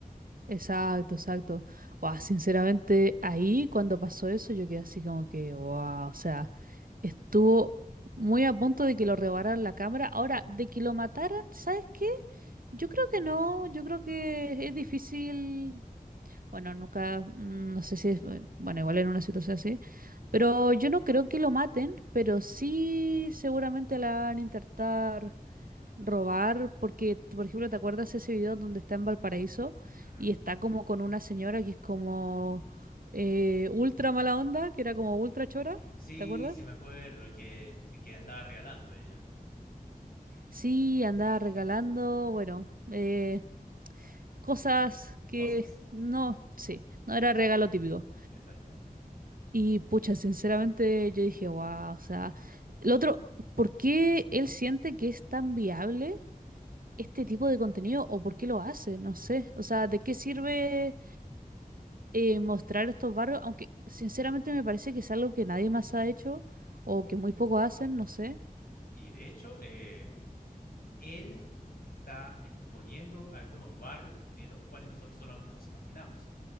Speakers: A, on the right; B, on the left.
A: Exacto, exacto. Wow, sinceramente, ahí cuando pasó eso, yo quedé así como que, wow, o sea, estuvo muy a punto de que lo rebaran la cámara. Ahora, de que lo mataran, ¿sabes qué? Yo creo que no, yo creo que es difícil. Bueno, nunca, mm, no sé si es, eh, bueno, igual en una situación así, pero yo no creo que lo maten, pero sí seguramente la van a intentar robar, porque, por ejemplo, ¿te acuerdas ese video donde está en Valparaíso
B: Ujú.
A: y está como con una señora que es como eh, ultra mala onda, que era como ultra chora?
B: Sí,
A: ¿Te acuerdas?
B: sí me acuerdo, el que, el que andaba regalando ella.
A: Sí, andaba regalando, bueno, eh, cosas que
B: Cosas.
A: no, sí, no era regalo típico.
B: Exacto.
A: Y pucha, sinceramente yo dije, wow, o sea, el otro, ¿por qué él siente que es tan viable este tipo de contenido o por qué lo hace? No sé, o sea, ¿de qué sirve? eh, mostrar estos barrios, aunque sinceramente me parece que es algo que nadie más ha hecho
B: Ujú.
A: o que muy poco hacen, no sé.
B: Y de hecho, eh, él está exponiendo algunos barrios de los cuales nosotros solamente nos imaginamos